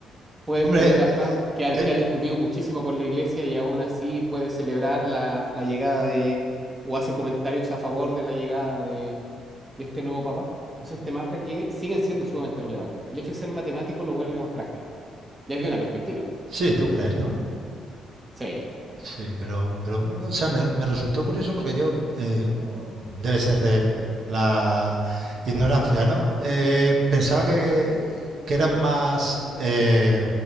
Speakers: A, on the right; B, on the right.
A: puedes
B: Hombre,
A: tener a Trump, que ha,
B: eh,
A: que ha discutido muchísimo con la iglesia y aún así puede celebrar la, la llegada de, o hace comentarios a favor de la llegada de, de este nuevo papa. Entonces te marca que siguen siendo sumamente relevantes. El hecho de ser matemático lo vuelve más práctico, desde una perspectiva.
B: Sí, tú crees, ¿no?
A: Sí.
B: Sí, pero, pero o sea, me, me resultó curioso porque yo, eh, debe ser de eh, la ignorancia, ¿no? Eh, pensaba que, que eran más, eh,